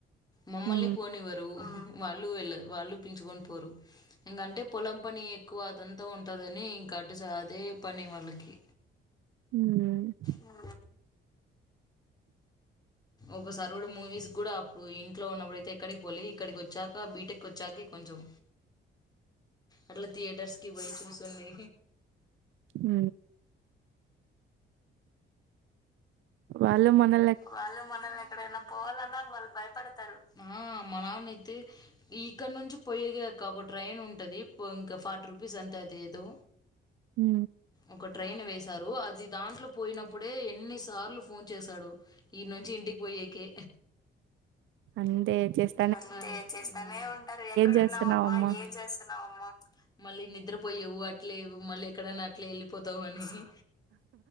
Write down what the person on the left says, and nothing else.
మమ్మల్ని
పోనివ్వరు వాళ్ళు వెళ్ళ వాళ్ళు పించుకొని పోరు. ఇంకంటే పొలం పని ఎక్కువ అదంతా ఉంటుందని ఇంకా అటు స అదే పని వాళ్ళకి.
ఆ. ఒక సారీ కూడా మూవీస్ కూడా అప్పుడు ఇంట్లో ఉన్నప్పుడుైతే ఎక్కడికి పోలే ఇక్కడికి వచ్చాక బీటెక్. వచ్చాక కొంచెం అట్లా థియేటర్స్ కి పోయి చూస్తుంది.
వాళ్ళు మనల్ని ఎక్కడైనా పోవాలన్నా వాళ్ళు భయపడతారు మా నాన్నయితే. ఇక్కడ నుంచి పోయ్యేక ఒక ట్రైన్ ఉంటుంది ఇంకా ఫార్టీ రూపీస్ అంతే అది ఏదో.
ఒక ట్రైన్ వేశారు అది దాంట్లో పోయినప్పుడే ఎన్నిసార్లు ఫోన్ చేశాడు. ఈ నుంచి ఇంటికి పోయకె.
అంతే చేస్తానే ఉంటారు ఎక్కడు
ఉన్నావమ్మా ఏం చేస్తున్నావమ్మా. మళ్ళీ నిద్రపోయవు అట్లే లేవు మళ్ళీ. ఎక్కడన్నా అట్లే వెళ్ళిపోతామ అనిసి